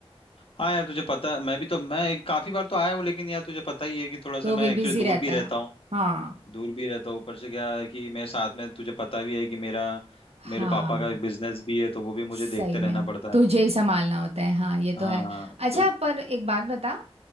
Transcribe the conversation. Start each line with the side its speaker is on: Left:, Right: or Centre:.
Left: हाँ यार तुझे पता मैं भी तो मैं एक, काफी बार तो आया हूँ लेकिन यार तुझे पता ही है कि थोड़ा सा
Right: तो
Left: मैं
Right: भी बिजी
Left: एक्चुअली दूर
Right: रहता
Left: भी रहता
Right: है
Left: हूँ
Right: हाँ
Left: दूर भी रहता हूँ ऊपर से क्या है कि मेरे साथ में तुझे पता भी है कि मेरा
Right: हाँ
Left: मेरे पापा का बिजनेस भी है तो वो भी मुझे
Right: सही
Left: देखते
Right: में
Left: रहना पड़ता
Right: तुझे
Left: है
Right: ही संभालना होता है हाँ ये
Left: हाँ
Right: तो है अच्छा
Left: तो
Right: पर एक बात बता